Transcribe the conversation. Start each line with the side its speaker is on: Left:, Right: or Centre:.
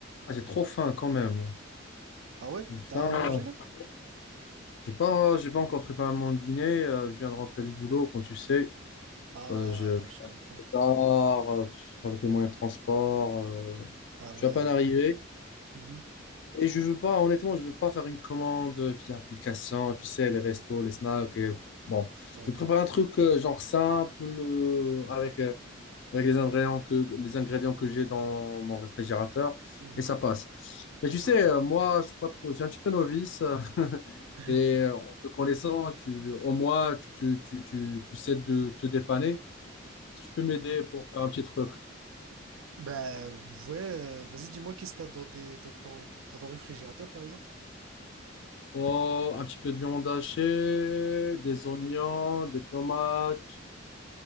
Left: Ah, j'ai trop faim quand même.
Right: Ah ouais?
Left: J'ai faim.
Right: T'as rien mangé là?
Left: euh, J'ai pas, j'ai pas encore préparé mon dîner. euh, je viens de rentrer du boulot, comme tu sais.
Right: Ah
Left: Euh, je
Right: ouais, je comprends.
Left: je pars, euh, avec les moyens de transport. euh,
Right: Ah
Left: je suis
Right: ouais.
Left: à peine arrivé.
Right: Mhm,
Left: Et je veux pas, honnêtement, je veux pas faire une commande via application, tu sais, les restos, les snacks. et bon,
Right: ouais.
Left: je vais préparer un truc euh, genre simple, euh, avec euh, avec les ingrédients que, les ingrédients que j'ai dans mon réfrigérateur
Right: Mhm,
Left: et ça passe. Mais tu sais,
Right: Ok.
Left: euh, moi, je suis pas trop, j'ai un petit peu novice euh, <laughs>
Right: <laughs>
Left: et euh, en te connaissant, tu, au moins, tu, tu, tu, tu, tu sais de te dépanner. Si tu peux m'aider pour faire un petit truc.
Right: Bah ouais, euh, vas-y, dis-moi qu'est-ce que t'as dans des dans ton dans ton réfrigérateur par exemple?
Left: Oh, un petit peu de viande hachée, des oignons, des tomates,